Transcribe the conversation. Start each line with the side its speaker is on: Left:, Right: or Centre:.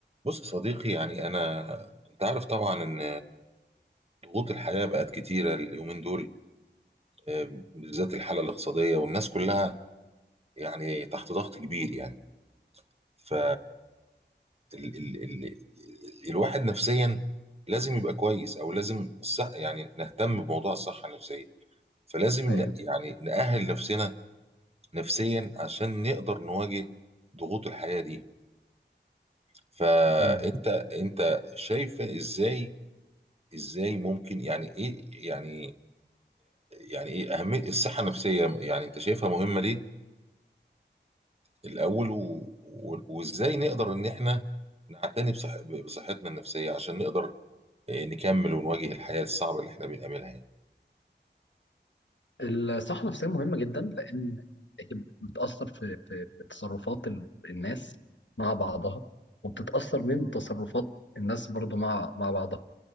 Right: بص يا صديقي يعني انا انت عارف طبعا ان ضغوط الحياه بقت كتيره اليومين دول آه، بالذات الحاله الاقتصاديه والناس كلها يعني تحت ضغط كبير يعني ف ال ال ال الواحد نفسيا لازم يبقى كويس او لازم الصح يعني نهتم بموضوع الصحه النفسيه فلازم ن-
Left: ايوه
Right: يعني نأهل نفسنا نفسيا عشان نقدر نواجه ضغوط الحياه دي فانت
Left: مم.
Right: انت شايفه ازاي ازاي ممكن يعني ايه يعني يعني ايه اهميه الصحه النفسيه يعني انت شايفها مهمه ليه الاول و... و... وازاي نقدر ان احنا نعتني بصح... بصحتنا النفسيه عشان نقدر آه، نكمل ونواجه الحياه الصعبه اللي احنا بنقابلها يعني
Left: الصحة النفسية مهمة جدا لأن هي بتأثر في في في تصرفات ال- الناس مع بعضها وبتتأثر من تصرفات الناس برضو مع مع بعضها